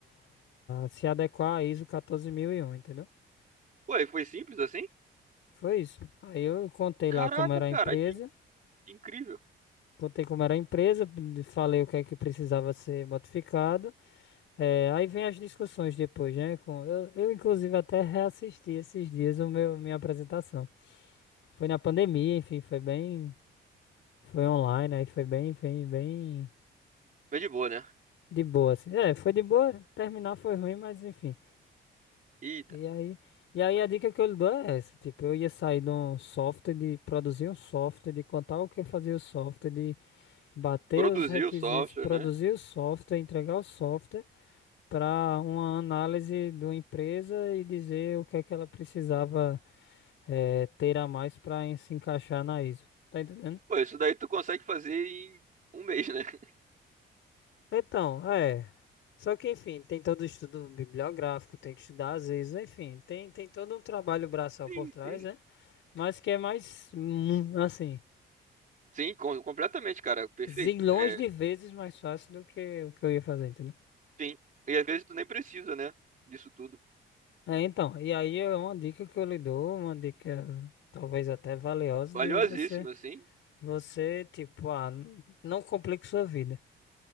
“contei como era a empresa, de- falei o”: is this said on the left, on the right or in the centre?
Left